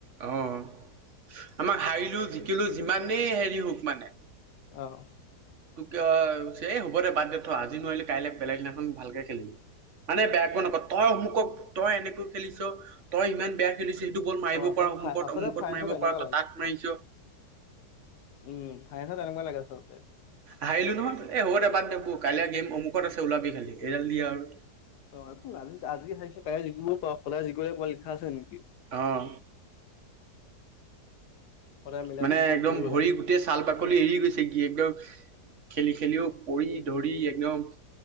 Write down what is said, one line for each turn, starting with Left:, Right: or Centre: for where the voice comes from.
Right: অঁ আমাক হাৰিলোঁ জিকিলোঁ যিমানেই হেৰি হওক মানে।
Left: অঁ।
Right: তোক অ হ'ব দে বাদ দে থ আজি নোৱাৰিলে কাইলে বেলেগ দিনাখন ভালকে খেলিবি। মানে বেয়াকৈ নক তই অমুকক তই এনেকৈ খেলিছ। তই ইমান বেয়া খেলিছিল, সেইটো বল মাৰিব
Left: অ', আচলতে
Right: পাৰ অমুকত
Left: ফাই আচলতে
Right: অমুকত
Left: ফাইনেল
Right: মাৰিব
Left: চাই তেনেকুৱা
Right: পাৰ তই
Left: লাগে
Right: তাত মাৰিছ।
Left: উম <unintelligible> তেনেকুৱা লাগে আচলতে।
Right: হাৰিলো নহয়, এ হ'ব দে বাদ এইবোৰ কাইলে গেম অমুকত আছে ওলাবি খালি, এডাল দিয়া আৰু
Left: অ একো নাই, আজি আজি হাৰিছ কাইলে জিকিবও পাৰ, সদায় জিকিব লাগিব বুলি লিখা আছে নেকি।
Right: অঁ।
Left: সদায় মিলা
Right: মানে
Left: প্ৰীতি কৰি
Right: একদম
Left: খেলিব
Right: ভৰি
Left: লাগে
Right: তেই ছাল বাকলি এৰি গৈছে, কি একদম খেলি খেলিও পৰি ধৰি একদম